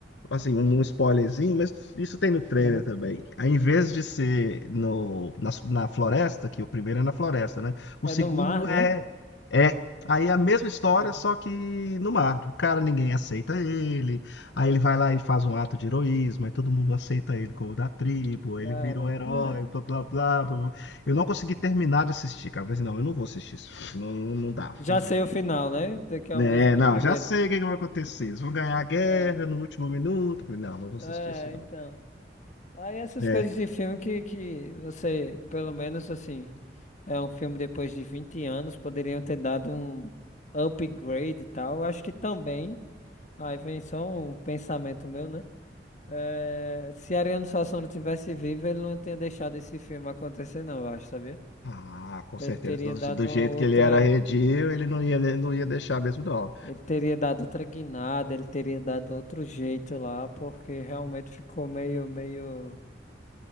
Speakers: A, on the left; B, on the left.
A: assim, um um spoilerzinho, mas isso tem no trailer
B: Aham.
A: também. Aí, em vez de ser no, na, na floresta, que o primeiro é na floresta, né? O
B: É
A: segundo
B: no mar,
A: é.
B: né?
A: É. Aí é a mesma história,
B: Aham.
A: só que no mar. O cara, ninguém aceita ele. Aí ele vai lá e faz um ato de heroísmo. Aí todo mundo aceita ele como da tribo.
B: Cara,
A: Ele vira o herói,
B: é.
A: blá, blá, blá, blá, blá. Eu não consegui terminar de assistir, cara. Eu falei assim, não, eu não vou assistir isso. Não, não, não dá.
B: Já
A: Não dá.
B: sei o final, né? Que
A: É,
B: é o mesmo do
A: não,
B: primeiro.
A: já sei o que que vai acontecer. Eles vão ganhar a guerra
B: É,
A: no último minuto. Eu falei, não, não vou assistir
B: é,
A: isso, não.
B: então. Aí essas
A: É.
B: coisas de filme que, que você, pelo menos assim, é um filme depois de 20 anos, poderiam ter dado um upgrade e tal. Eu Acho que também. Aí vem só um pensamento meu, né? É, se Ariano Suassuna tivesse vivo, ele não tinha deixado esse filme acontecer, não, eu acho, sabia?
A: Ah, com
B: Ele
A: certeza.
B: teria
A: Do,
B: dado
A: do
B: uma
A: jeito
B: outra.
A: que ele era arredio, ele não ia, né, não ia deixar mesmo, não.
B: Ele teria dado outra guinada, ele teria dado outro jeito lá, porque realmente ficou meio, meio.